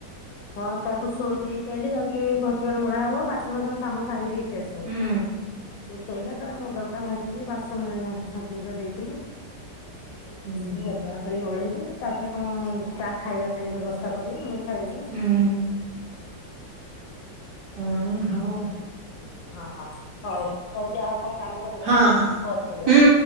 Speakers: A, on the left; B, on the right.
A: ହଁ ତାକୁ ଶୋଇ ଦେଇକି ଆଇଲି ଯାଉଛି ଘର ଦ୍ୱାର ଓଳା ହବ ବାସନ ଫାସନ କାମ ସାରି ଦେଇଛି। ସେ ସୋଉ
B: ହୁଁ।
A: ଶୋଇଲା ତାର ନୁଗାପଟା ଭାଙ୍ଗିକି ବାସନ ମାଜି ମୁଜା ଦେଇଥିଲି। ଘର
B: ହୁଁ
A: ଦ୍ୱାର
B: ହୁଁ।
A: ଖାଲି ଓଳେଇବି ତାପରେ କଣ ତା ଖାଇବା ପାଇଁ ବ୍ୟବସ୍ଥା କରିବି ମୁଁ ଖାଇବ।
B: ହୁଁ <unintelligible>
A: ହଁ ହଉ ହଉ ଯାଉ ଆଉ କଣ କାମ କରିବ
B: ହଁ ହଁ
A: ପରେ କରିବି?
B: ହୁଁ।